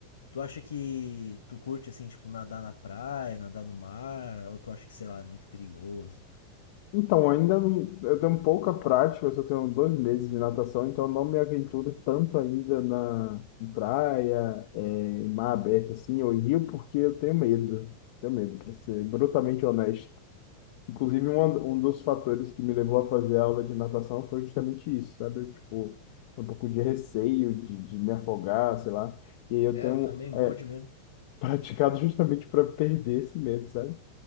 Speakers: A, on the left; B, on the left.
A: Tu acha que tu curte assim, tipo, nadar na praia, nadar no mar, ou tu acha que, sei lá, é muito perigoso?
B: Então, ainda não, eu tenho pouca prática, eu só tenho dois meses de natação, então eu não me aventuro tanto ainda na em praia, é, em mar aberto, assim, ou em rio, porque eu tenho medo. Tenho medo, para ser brutalmente honesto. Inclusive, um, um dos fatores que me levou a fazer aula de natação foi justamente isso, sabe? Eu, tipo, um pouco de receio de, de me afogar, sei lá. E aí eu
A: É,
B: tenho
A: eu também morro de medo.
B: <laughs> praticado justamente para perder esse medo, sabe?